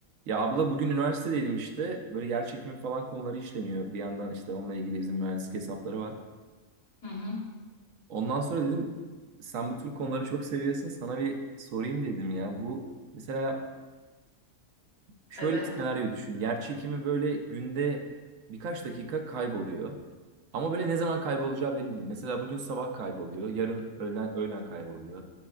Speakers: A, on the right; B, on the left.
A: Ya abla bugün üniversitedeydim işte. Böyle yer çekimi falan konuları işleniyor. Bir yandan işte onunla ilgili bizim mühendislik hesapları var.
B: Hı hı.
A: Ondan sonra dedim sen bu tür konuları çok seviyorsun. Sana bir sorayım dedim ya. Bu mesela şöyle
B: Evet.
A: bir senaryo düşün. Yer çekimi böyle günde birkaç dakika kayboluyor. Ama böyle ne zaman kaybolacağı belli değil. Mesela bugün sabah kayboluyor. Yarın öğlen, öğlen kayboluyor.